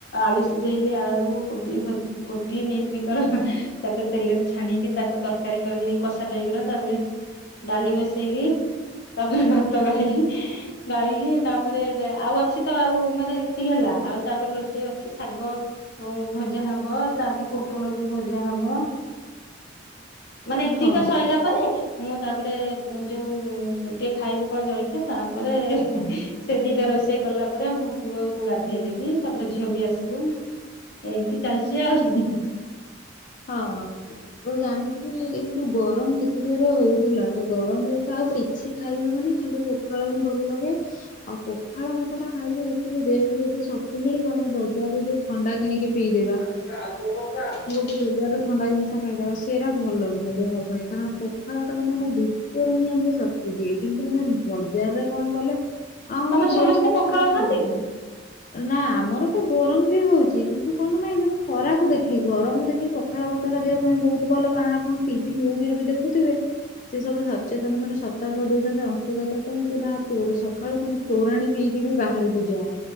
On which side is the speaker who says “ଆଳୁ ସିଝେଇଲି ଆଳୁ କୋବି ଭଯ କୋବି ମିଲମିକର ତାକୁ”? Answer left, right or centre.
Left